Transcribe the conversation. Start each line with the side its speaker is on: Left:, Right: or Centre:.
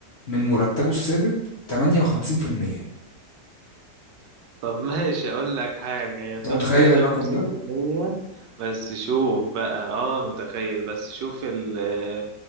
Left: من مرتبه الثابت 58%
Right: طب ماشي اقول لك حاجة هي
Left: انت
Right: بتاخد
Left: متخيل
Right: 58%
Left: الرقم ده؟
Right: بس شوف بقى اه متخيل بس شوف ال-